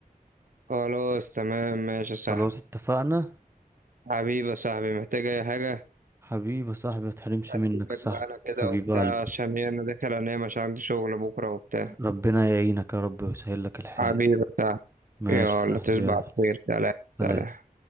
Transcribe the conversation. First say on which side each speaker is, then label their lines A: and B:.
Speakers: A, on the right; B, on the right.
A: خلاص تمام ماشي يا صاحبي
B: خلاص اتفقنا
A: حبيبي يا صاحبي محتاج أي حاجة
B: حبيبي يا صاحبي متحرمش
A: أسيبك
B: منك يا صاحبي
A: بقى أنا كده
B: حبيب
A: وبتاع
B: قلبي
A: عشان هي أنا داخل أنام عشان عندي شغل بكرة وبتاع
B: ربنا يعينك يا رب ويسهل لك الحال
A: حبيبي يا صاحبي.
B: ماشي
A: يلا
B: يا صاحبي
A: تصبح
B: يلا
A: على خير سلام
B: سلام
A: سلام